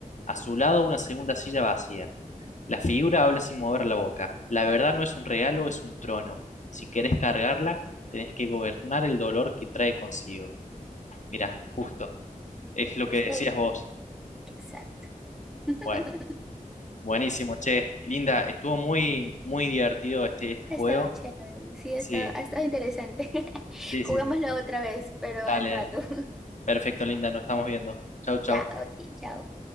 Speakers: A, on the left; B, in the centre.
A: A su lado una segunda silla vacía. La figura habla sin mover la boca. La verdad no es un regalo, es un trono. Si querés cargarla, tenés que gobernar el dolor que trae consigo. Mira, justo. Es
B: Justo,
A: lo que decías vos.
B: exacto. <laughs>
A: Bueno, buenísimo, che. Linda, estuvo muy, muy divertido este, este
B: Ha
A: juego.
B: estado chévere, sí,
A: Sí,
B: ha estado, ha estado interesante. <laughs>
A: sí, sí.
B: Juguémoslo otra vez, pero
A: Dale,
B: al rato.
A: dale.
B: <laughs>
A: Perfecto, Linda, nos estamos viendo. Chau,
B: Ya,
A: chau.
B: ok, chao.